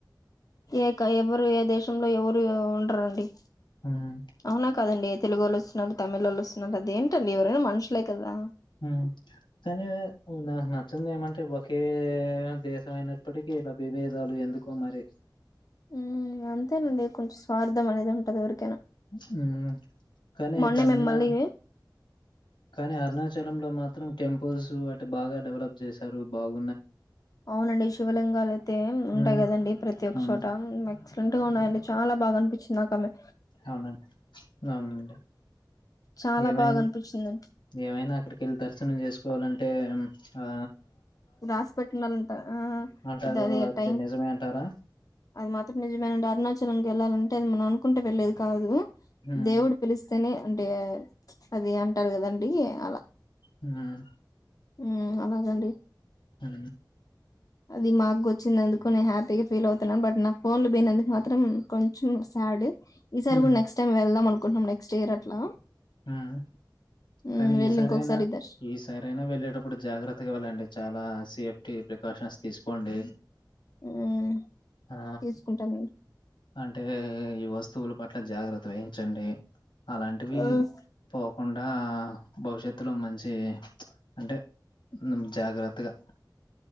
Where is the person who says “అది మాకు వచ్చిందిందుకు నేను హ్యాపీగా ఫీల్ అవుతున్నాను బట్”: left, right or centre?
Left